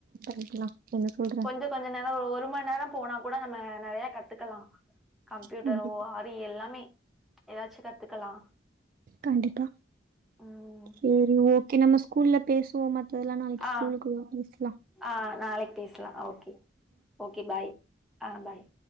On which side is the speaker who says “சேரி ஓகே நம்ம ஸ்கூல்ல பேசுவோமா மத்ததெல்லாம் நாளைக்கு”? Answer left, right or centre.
Right